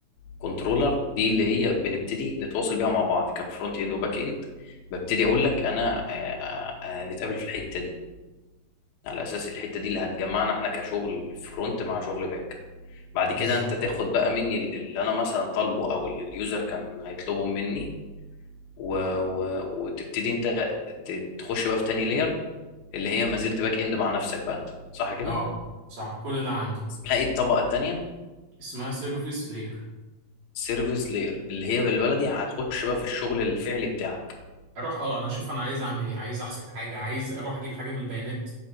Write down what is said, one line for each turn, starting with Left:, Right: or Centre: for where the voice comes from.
Left: كنترولر دي اللي هي بنبتدي نتواصل بيها مع بعض كفرونت إند وباك إند ببتدي أقول لك أنا آه، آه، آه، نتقابل في الحتة دي على أساس الحتة دي اللي هتجمعنا إحنا كشغل فرونت مع شغل باك بعد كده
Right: بالظبط
Left: انت تاخد بقى مني ال- اللي انا مثلا طالبه او اللي اليوزر كان هيطلبه مني و... و... وتبتدي انت ت- تخش بقى في تاني لاير اللي هي ما زلت باك اند مع نفسك بقى انت صح كده
Right: اه صح كل ده عندي
Left: اسمها ايه الطبقة التانية
Right: اسمها سيرفيس لاير
Left: سيرفيس لاير اللي هي بالبلدي هتخش بقى في الشغل الفعلي بتاعك
Right: اروح اه انا اشوف انا عايز اعمل ايه عايز احسب حاجه عايز اروح اجيب حاجه من البيانات